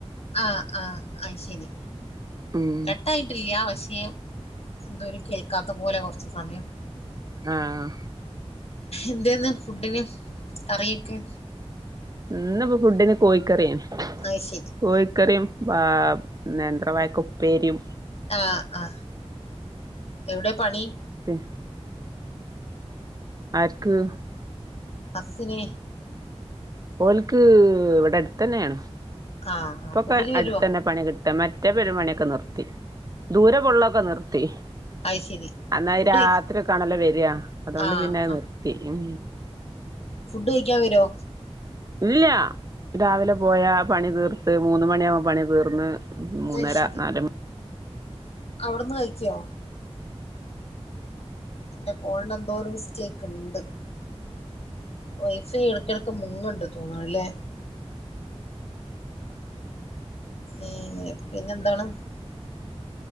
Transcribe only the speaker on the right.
ഉം
ആഹ്
ഇന്നുപ്പോ ഫുഡിന് കോഴിക്കറിയാണ്
കോഴിക്കറിയും വ നേന്ത്രമായായക്ക ഉപ്പേരിയും
<unintelligible> അർക്ക്
ഓലക്ക് ഇവിടെ അടുത്ത തന്നെയ ആണ്
ഇപ്പൊക്കെ
അടുത്തതന്നെ പണി കിട്ട മറ്റ മറ്റെപരുമണിയൊക്കെ നിർത്തി ദൂരെ പെ കലെക്കെ നിർത്തി.
അന്നാൽ
രാത്രി കാണല വരിയ അതുകൊണ്ട്
പിന്നെ അത്
നിർത്തി. ഉം
ഇല്ല രാവിലെ പോയാ പണി തീർത്ത് മൂന്ന് മണിയാവും പണി തീർന്ന് മൂന്നര
നാല് മണ